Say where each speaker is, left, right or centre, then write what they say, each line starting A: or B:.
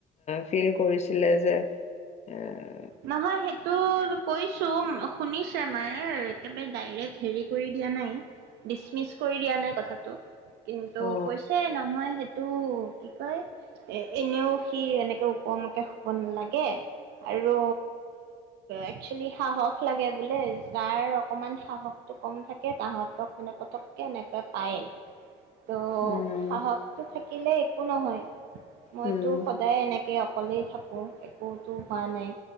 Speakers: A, on the left; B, on the right.
A: ফিল কৰিছেলে যে', আ',
B: নহয়, সেইটো কৈছো শুনিছে মায়ে একেব, ডাইৰেক্ট হেৰি কৰি দিয়া নাই, ডিচমিচ কৰি দিয়া নাই কথাটো। কিন্তু
A: অ
B: কৈছে নহয় স, টো কি', -কয় ', এ', এনেও সি এনেকে ওপৰমুৱাকে শুব নালাগে আৰু, আৰু এক্সচুলি সাহস লাগে বোলে, যাৰ অকমান সাহসটো কম থাকে তাহতক মানে পতককে এনেকৈ পায়েই। ত',
A: উম
B: সাহসটো থাকিলে, একো নহয়, মইতো',
A: উম
B: সদায় এনেকে অকলেই থাকো। ক'ত একোতো হোৱা নাই।